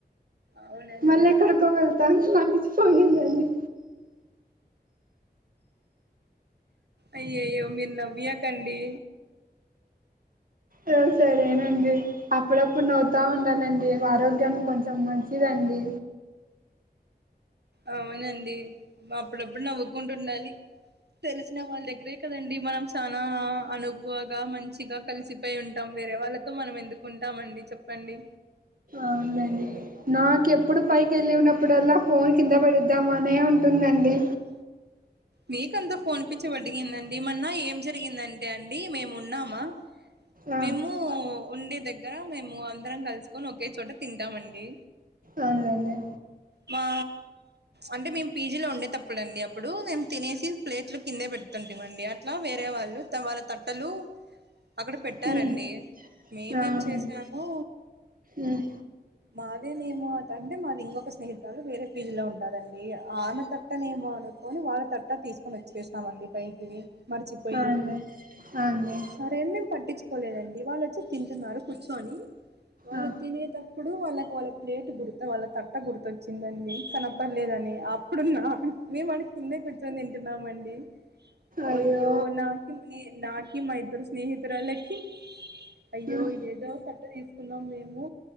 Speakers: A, on the right; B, on the right.
A: అవునండి
B: మళ్ళిక్కడికో వెళ్తాన్ మళ్ళిష్ పోయిందండి.
A: అయ్యాయో మీరు నవ్వియకండి.
B: ఉహ్ సరేనండి. అప్పుడప్పుడు నవ్వుతా ఉండాలండి ఆరోగ్యానికి కొంచెం మంచిదండి.
A: అవునండి అప్పుడప్పుడు నవ్వుకుంటు ఉండాలి. తెలిసిన వాళ్ళ దగ్గరే కదండి మనం సానా అనుక్ హువగా మంచిగా కలిసిపోయి ఉంటాం, వేరే వాళ్ళతో మనం ఎందుకు ఉంటామండి చెప్పండి.
B: అవులేండి నాకెప్పుడు పైకి ఏళ్ళి ఉన్నప్పుడల్లా ఫోన్ కింద పడద్ దమానే ఉంటుందండి.
A: అ మీకంతా ఫోన్పించి పడిగిందండి. మన్న ఏం జరిగిందంటే అండి మేము ఉన్నామా,
B: ఆ
A: మేము ఉండే దగ్గర మేము అందరం కలస్ కొన్ ఒకే చోట తింటామండి
B: అవునులేండి
A: మా అంటే మేము పజీ లో ఉండే తప్ ఇప్పుడండి అప్పుడు మేము తినేసి ప్లేట్లు కిందే పెడుతుంటామండి, అట్లా వేరే వాళ్ళు వాళ్ళ తట్టలు అక్కడ పెట్టారండి
B: ఉమ్
A: మేమేం
B: ఆ
A: చేసాము.
B: ఉమ్ ఉమ్
A: మాదేనేమో అటంటే మాది ఇంకొక స్నేహితలు వేరే ఫీల్డ్ లో ఉంన్ కదండి ఆమె తట్టనే ఏమో అనుకొని వాళ్ళ తట్ట తీసుకొని వచ్చేసినామండి పైకి మరిచిపోయి
B: ఆ అండి ఆ అండి
A: సార్ నేనేం పట్టించుకోలేదండి వాళ్ళు వచ్చి తింటున్నారు కూర్చొని వాళ్ళు
B: ఆ
A: తినేటప్పుడు వాళ్ళకి వాళ్ళ ప్లేట్ గుర్త్ వాళ్ళ తట్ట గుర్తొచ్చిందండి తనప్ పర్లేదని అప్పుడున్నా మేము ఆడి కిందే కూర్చుని తింటున్నామండి.
B: అయ్యో
A: ఓయ్యో నాకి నీ నాకి మా ఇద్దరు స్నేహితురాలకి అయ్యో
B: ఉమ్
A: ఇదేదో తట్ట తీసుకున్నాం మేము